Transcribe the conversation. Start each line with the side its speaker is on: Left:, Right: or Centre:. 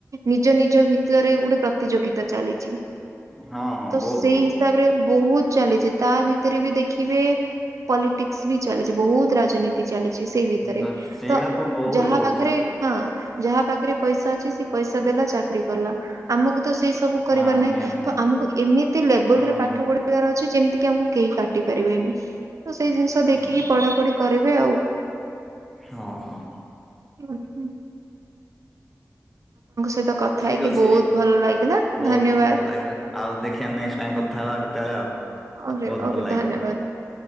Right: ନିଜ ନିଜ ଭିତରେ ଗୋଟେ ପ୍ରତିଯୋଗିତା ଚାଲିଛି।
Centre: ହଁ ହଁ
Right: ତ
Centre: ବହୁତ
Right: ସେଇ
Centre: ବହୁତ।
Right: ହିସାବରେ ବହୁତ ଚାଲିଛି। ତା ଭିତରେ ବି ଦେଖିବେ ପଲିଟିକ୍ସ ବି ଚାଲିଛି ବହୁତ ରାଜନୀ ତି ଚାଲିଛି ସେଇ ଭିତରେ
Centre: ତ ସେଇଟା
Right: ତ
Centre: ବହୁତ
Right: ଯାହା
Centre: ହଉଛି
Right: ପାଖରେ ହଁ। ଯାହା ପାଖରେ ପଇସା ଅଛି ସେ ପଇସା ଦେଲା ଚାକିରରି କଲା। ଆମକୁ ତ ସେଇ ସବୁ କରିବାର
Centre: ହଁ ହଁ
Right: ନାହିଁ।
Centre: ନିହାତି ନିହାତି
Right: ତ ଆମକୁ ଏମିତି ଲେବୁଲୁ
Centre: ହୁଁ
Right: ରେ
Centre: ହୁଁ।
Right: ପାଠ ପଢିବାର ଅଛି। ଯେମିତି କି ଆମକୁ କେହି କାଟି ପାରିବେନି। ତ ସେଇ ଜିନିଷ ଦେଖିକି
Centre: ଆଜ୍ଞା
Right: ପଢାପଢି କରିବେ ଆଉ।
Centre: ହଁ ହଁ।
Right: ହୁଁ ହୁଁ <unintelligible> ସହିତ କଥା
Centre: ଠିକ
Right: ହେଇକି
Centre: ଅଛି
Right: ବହୁତ ଭଲ ଲାଗିଲା
Centre: ବହୁତ
Right: ଧନ୍ୟବାଦ
Centre: ଭଲ ଲାଗିଲା। ଆଉ ଦେଖିବା ନେକ୍ସଟ୍ ଟାଇମ କଥା ହବା କ ତେଳ ଆଉ
Right: ଓଗେ
Centre: ବହୁତ
Right: ଓଗ୍
Centre: ଭଲ ଲାଗିଲା
Right: ଧନ୍ୟବାଦ।